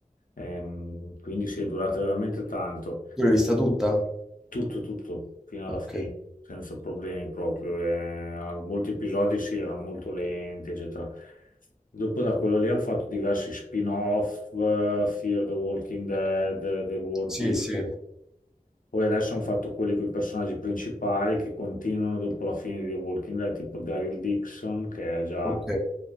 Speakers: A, on the left; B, in the centre.
A: Ehm, quindi sì, è durata veramente tanto.
B: tu l'hai vista tutta?
A: Tutto, tutto, fino alla
B: Ok.
A: fine, senza problemi proprio. Eh, a molti episodi si era molto lenti, eccetera. Dopo da quello lì hanno fatto diversi spin-off, eh, Fear the Walking Dead, The War
B: Sì,
A: Be-
B: sì,
A: Poi adesso hanno fatto quelli con i personaggi principali che continuano dopo la fine di The Walking Dead, tipo Daryl Dixon, che è già,
B: ok.